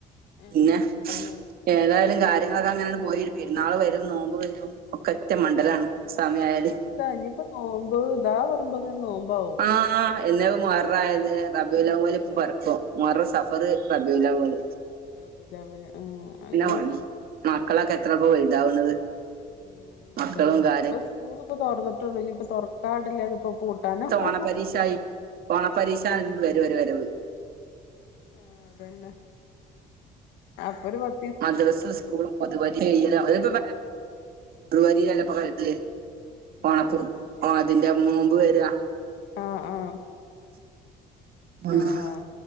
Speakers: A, on the left; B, on the right.
A: ആഹ്
B: പിന്നെ
A: അതന്നെ
B: ഏതായാലും കാര്യങ്ങളൊക്കെ അങ്ങനാണ്ട് പോയി പെരുന്നാള് വരും നോമ്പ് വരും ഒക്കറ്റ മണ്ഡലാണ്
A: ആഹ്
B: സമയആയാല്
A: ഇനിയിപ്പ ഇതാ ഇനിയിപ്പോ നോബ് ഇതാ പറീമ്പോതിനും നോമ്പാവും
B: ആഹ് എന്നേപ്പോ മുഹറായത് റബിൽഅവ്വൽല്
A: ആഹ് അതന്നെ
B: പ്പൊ പറക്കും മുഹറം സഫർ സഫർ റാബിൽഅവ്വൽ
A: റമ്പിൽഅവ്വല് ആഹ് അങ്ങന
B: പണി മക്കളൊക്കെ എത്രൾപ്പം വൽതാവുന്നത്
A: ഉം
B: മക്കളുംകാ
A: അതന്നെ ഇപ്പൊ സ്കൂൾ ഇപ്പൊ തോറന്നിട്ടുള്ളൂ ഇനി ഇപ്പൊ തുറക്കാടല്ല അതിപ്പൊ പൂട്ടാനാകും
B: ഓണ പരീക്ഷആയി ഓണ പരീക്ഷ ആവുമ്പളെ ഒര് വരവ്
A: ആഹ് അതന്നെ അപ്പോ ഒരു കോയ
B: മദ്രസും സ്കൂളും പൊതുപരീക്ഷ കയ്യലും അപ്പോ പൊതുപരീക്ഷ ല്ലേ പ്പൊ കഴിഞ്ഞെ
A: ഉം
B: ഓണത്തൂ
A: അതെ
B: ഓ ണത്തിന്റെ മുമ്പ് വരാ
A: ആഹ് ആഹ്
B: <unintelligible>
A: ആഹ്